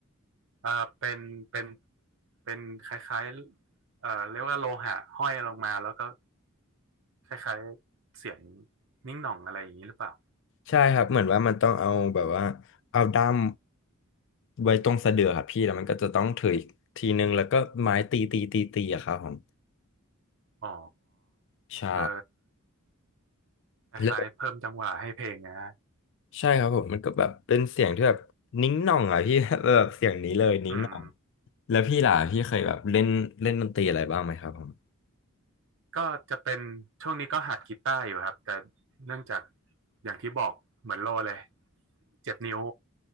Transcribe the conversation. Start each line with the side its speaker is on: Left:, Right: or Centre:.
Right: อ่าเป็นเป็นเป็นคล้ายๆเอ่อเรียกว่าโลหะห้อยลงมาแล้วก็คล้ายๆเสียงนิ้งหน่องอะไรอย่างนี้หรือเปล่า
Left: ใช่ครับเหมือนว่ามันต้องเอาแบบว่าเอาด้ามไว้ตรงสะเดือครับพี่แล้วมันก็จะต้องถืออีกทีนึงแล้วก็ไม้ตีตีตีตีอะครับผม
Right: อ๋อ
Left: ใช่
Right: เออคล้ายๆเพิ่มจังหวะให้เพลงนะฮะ
Left: แล้วใช่ครับผมมันก็แบบเป็นเสียงที่แบบนิ้งหน่องอะพี่ <laughs> แบบเสียงนี้เลยนิ้งหน่อง
Right: อืม
Left: แล้วพี่ล่ะพี่เคยแบบเล่นเล่นดนตรีอะไรบ้างไหมครับผม
Right: ก็จะเป็นช่วงนี้ก็หัดกีตาร์อยู่ครับแต่เนื่องจากอย่างที่บอกเหมือนโลเลยเจ็บนิ้ว